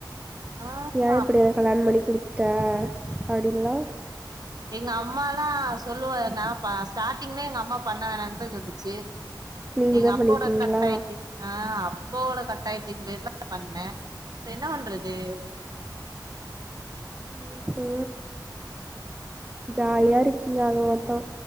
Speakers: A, on the right; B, on the right.
A: ஆஹா
B: ன் இப்டி கல்யாணோ பண்ணி குடுத்துட்ட அப்டின்லா
A: எங்க அம்மாலா சொல்லுவா நா பா ஸ்டார்ட்டிங்ளே எங்க அம்மா பண்ண வேணா தா சொல்லிச்சு
B: நீங்க
A: எங்க
B: தா
A: அப்போட
B: பண்ணிட்டீங்களா
A: கட்டாயி <unintelligible> ஆ அப்பாவோட கட்டாயத்தின் பேர்ல பண்ணே இப்ப என்ன பண்றது
B: ம்கு ஜாலியா இருக்கீங்க ஆக மொத்தோ